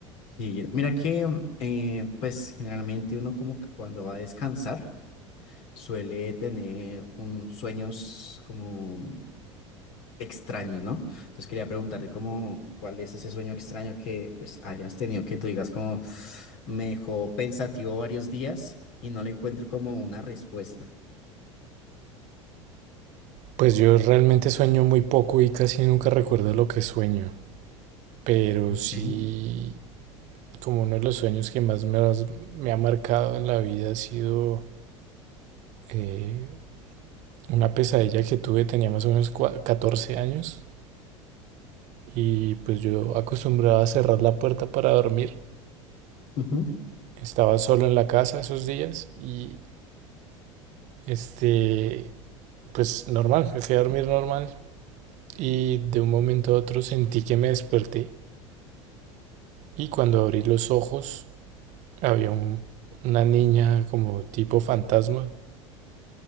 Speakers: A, on the left; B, on the right.
A: Sí, mira que eh, pues generalmente uno como que cuando va a descansar suele tener un, sueños como extraños, ¿no? Entonces quería preguntarte como cuál es ese sueño extraño que pues hayas tenido que tú digas como me dejó pensativo varios días y no le encuentro como una respuesta.
B: Pues yo realmente sueño muy poco y casi nunca recuerdo lo que sueño, pero
A: Ok,
B: sí, como uno de los sueños que más me, has- me ha marcado en la vida ha sido eh, una pesadilla que tuve, tenía más o menos cua- 14 años y pues yo acostumbraba a cerrar la puerta para dormir.
A: ujú,
B: Estaba solo en la casa esos días y este, pues normal, me fui a dormir normal y de un momento a otro sentí que me desperté y cuando abrí los ojos Había un- una niña como tipo fantasma,